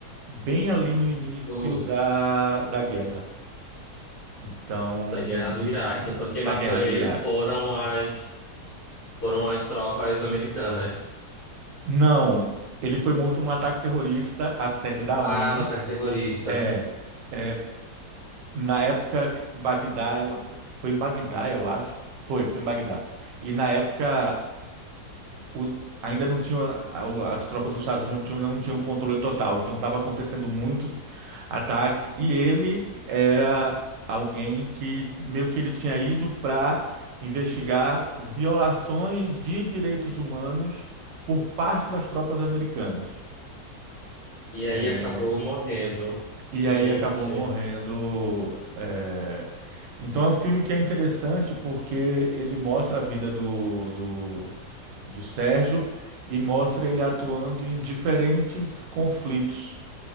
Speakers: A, on the right; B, on the left.
A: bem ali no início
B: putz,
A: da, da guerra, então,
B: da guerra do Iraque. Então quem
A: da
B: matou
A: guerra
B: ele
A: do Iraque.
B: foram as foram as tropas americanas.
A: Não, ele foi morto num ataque terrorista à sede da
B: Ah,
A: ONU.
B: no ataque terrorista.
A: É, é, Na época, Bagdá era uma- foi em Bagdá, eu acho. Foi, foi em Bagdá. E na época, o- ainda não tinha, a- o- as tropas dos Estados Unidos não tinham, não tinham controle total. Então, estava acontecendo muitos ataques. E ele era alguém que meio que ele tinha ido para investigar violações de direitos humanos por parte das tropas americanas.
B: E aí
A: É,
B: acabou morrendo.
A: e
B: Gente.
A: aí acabou morrendo. é. Então é um filme que é interessante porque ele mostra a vida do, do, do Sérgio e mostra ele atuando em diferentes conflitos.